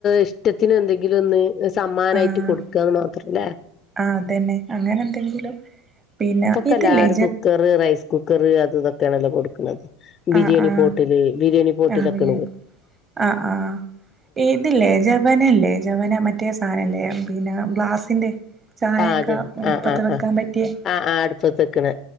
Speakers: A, on the left; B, on the right.
A: ഇഷ്ടത്തിനന് എന്തെങ്കിലും ഒന്ന് സമ്മാനായിട്ട്
B: ആഹ്
A: കൊടുക്കുകന്ന് മാത്രംല്ലേ
B: ആഹ് അതന്നെ അങ്ങനെ എന്തെങ്കിലും പിന്നെ
A: ഇപ്പൊക്കെ
B: ഇത്
A: എല്ലാരും
B: ല്ലെ
A: കുക്കറ് റൈസ് കുക്കറ് അത് ഇതൊക്കെയാണല്ലോ കൊടുക്കണുന്നത് ബിരിയാണി
B: ആഹ് ആഹ്
A: പോട്ടില് ബിരിയാണി പോട്ടിലൊക്കെ
B: ആഹ് ബിരിയാണി ആഹ് ആഹ് ഇതില്ലേ ജ വന ജവനല്ലേ ജവന മറ്റേ സാധനല്ലേ പിന്നെ ഗ്ലാസിന്റെ ചായയൊക്കെ
A: പാചക
B: എടുപ്പത്തെ
A: ആഹ് ആഹ്
B: വെക്കാൻ
A: ആഹ്
B: പറ്റിയ
A: ആഹ് ആഹ് അടുപ്പത്ത് വെക്കണെ